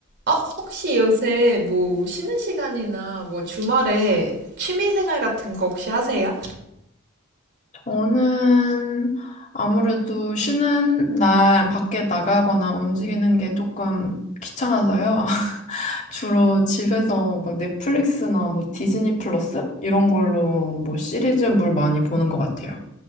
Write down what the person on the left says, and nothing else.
저는 아무래도 쉬는 날 밖에 나가거나 움직이는 게 조금 귀찮아서요. <laughs> 주로 집에서 막 넷플릭스나 뭐 디즈니 플러스 이런 걸로 뭐 시리즈물 많이 보는 것 같아요.